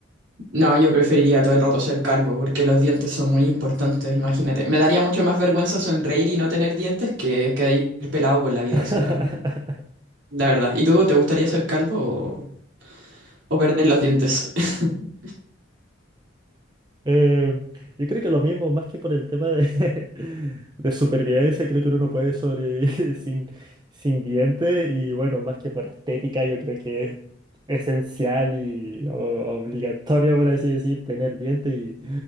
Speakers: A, on the right; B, on the right.
A: No, yo preferiría todo el rato ser calvo porque los dientes son muy importantes, imagínate. Me daría mucho más vergüenza sonreír y no tener dientes que, que ir pelado por la vida,
B: <laughs>
A: o sea, la verdad. ¿Y tú te gustaría ser calvo o, o perder los dientes? <laughs>
B: Eh, yo creo que lo mismo, más que por el tema de, <laughs> de supervivencia, creo que uno no puede sobrevivir <laughs> sin, sin dientes y bueno, más que por estética, yo creo que es esencial y o- obligatorio, por así decir, tener dientes y